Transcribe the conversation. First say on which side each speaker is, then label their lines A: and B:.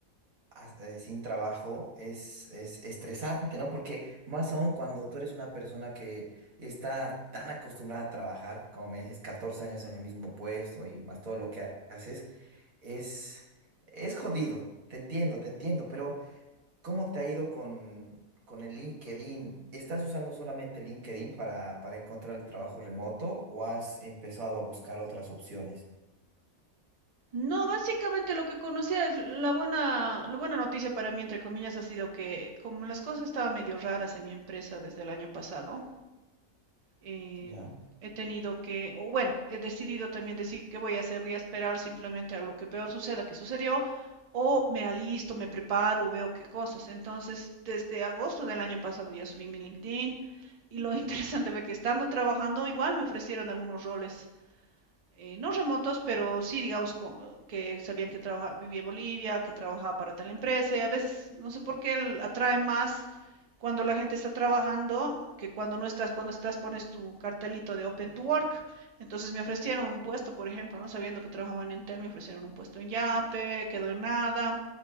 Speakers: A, on the right; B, on the right.
A: as- eh, sin trabajo es, es estresante, ¿no? Porque más aún cuando tú eres una persona que está tan acostumbrada a trabajar, como me dices, 14 años en el mismo puesto y más todo lo que ha- haces, es, es jodido. Te entiendo, te entiendo, pero ¿cómo te ha ido con, con el LinkedIn? ¿Estás usando solamente LinkedIn para, para encontrar el trabajo remoto o has empezado a buscar otras opciones?
B: No, básicamente lo que conocía es la buena, la buena noticia para mí, entre comillas, ha sido que como las cosas estaban medio raras en mi empresa desde el año pasado, eh,
A: Ya,
B: he tenido que, o bueno, he decidido también decir qué voy a hacer, voy a esperar simplemente a lo que peor suceda que sucedió, o me alisto, me preparo, veo qué cosas. Entonces, desde agosto del año pasado ya subí mi LinkedIn y lo <laughs> interesante fue que estando trabajando igual me ofrecieron algunos roles eh, no remotos, pero sí, digamos, con- que sabían que trabaja, vivía en Bolivia, que trabajaba para tal empresa. y a veces, no sé por qué, el- atrae más cuando la gente está trabajando que cuando no estás. Cuando estás, pones tu cartelito de Open to Work. Entonces me ofrecieron un puesto, por ejemplo, no sabiendo que trabajaban en Tel, me ofrecieron un puesto en Yape, quedó en nada.